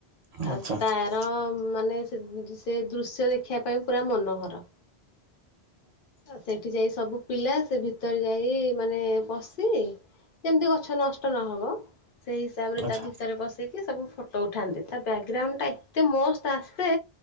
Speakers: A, on the right (about 45°); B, on the left (about 55°).
A: ଆଚ୍ଛା
B: ଆଉ
A: ଆଚ୍ଛା
B: ତାର ମାନେ ସେ ସେ ଦୁ ଦୃଶ୍ୟ ଦେଖିବା ପାଇଁ ପୁରା ମନୋହର। ଆଉ ସେଇଠି ଯାଇ ସବୁ ପିଲା ସେ ଭିତରେ ଯାଇ ମାନେ ପଶି ଯେମିତି ଗଛ ନଷ୍ଟ ନହବ ସେଇ ହିସାବରେ
A: ଆଚ୍ଛା
B: ତା ଭିତରେ ପଶିକି ସବୁ ଫଟୋ ଉଠାନ୍ତି, ତା ବ୍ୟାକଗ୍ରାଉଣ୍ଡ ଟା ଏତେ ମସ୍ତ ଆସେ